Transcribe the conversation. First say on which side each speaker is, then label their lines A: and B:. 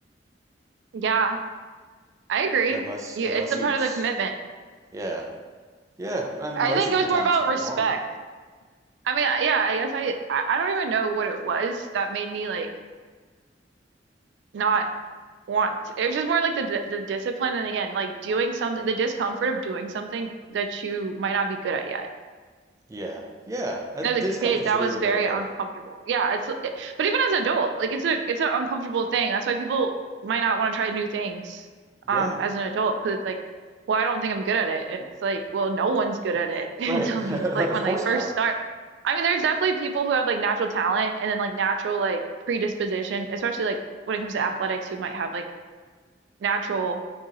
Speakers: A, on the right (about 85°); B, on the right (about 20°).
A: Yeah, I agree.
B: unless
A: You,
B: unless
A: it's a
B: you,
A: part
B: s-
A: of the commitment.
B: yeah, yeah. I mean,
A: I
B: most
A: think
B: of
A: it was
B: your time
A: more about
B: isn't performing.
A: respect. I mean, yeah, I guess I I I don't even know what it was that made me like not want to- It was just more like the d- the discipline and again, like doing something, the discomfort of doing something that you might not be good at yet.
B: Yeah, yeah. Uh,
A: And
B: discomfort's
A: as a kid, that
B: a really
A: was
B: good
A: very
B: way to put
A: uncomfortable.
B: it.
A: Yeah, it's it- but even as an adult, like it's a it's an uncomfortable thing. That's why people might not want to try new things
B: Yeah,
A: um as an adult because it's like, well, I don't think I'm good at it. And it's like, well, no one's good at it <laughs> until
B: right. <laughs> Of
A: you like when
B: course
A: they first
B: not.
A: start. I mean, there's definitely people who have like natural talent and then like natural like predisposition, especially like when it comes to athletics who might have like natural,